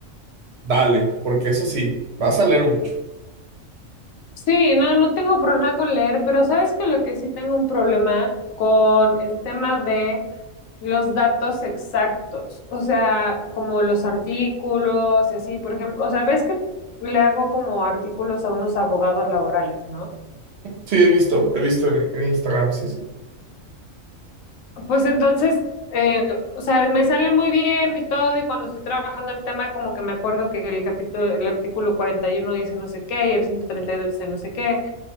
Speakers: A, on the right; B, on the left.
A: dale, porque eso sí, vas a leer mucho.
B: Sí, no, no tengo problema con leer, pero sabes que lo que sí tengo un problema con el tema de los datos exactos, o sea, como los artículos y así, por ejemplo, o sea, ves que le hago como artículos a unos abogados laborales, ¿no?
A: Sí, he visto, he visto en, en Instagram, sí, sí.
B: Pues entonces, eh, o sea, me sale muy bien y todo, y cuando estoy trabajando el tema, como que me acuerdo que el capítulo, el artículo 41 dice no sé qué y el 132 dice no sé qué.